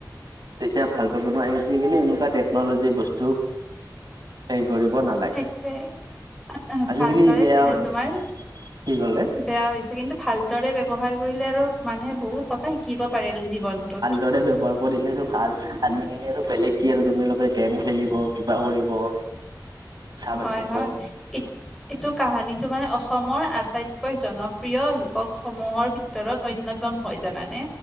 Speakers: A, on the right; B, in the centre.
A: তেতিয়া ভাল পাব নহয়, আজিকালি এনেকুৱা টেকন'লজি বস্তু হেৰি কৰিব নালাগে।
B: <unintelligible>
A: আজিকালি
B: ভালদৰে
A: বেয়া
B: চি
A: হৈছে।
B: তোমাৰ
A: কি কলে?
B: বেয়া হৈছে। কিন্তু ভালদৰে ব্যৱহাৰ কৰিলে আৰু মানুহে বহুত কথা শিকিব পাৰে জীৱনটোত।
A: ভাল দৰে ব্যবহাৰ কৰিলেটো ভাল। আজিকালি আৰু বেলেগ কি তোমালোকে গেম খেলিব, কিবা কৰিব। <inaudible> পাতিব
B: হয় হয়। এইটো কাহানীটো মানে অসমৰ আটাইতকৈ জনপ্ৰিয় লোকৰ সমূহৰ ভিতৰত অন্যতম হয় জানানে?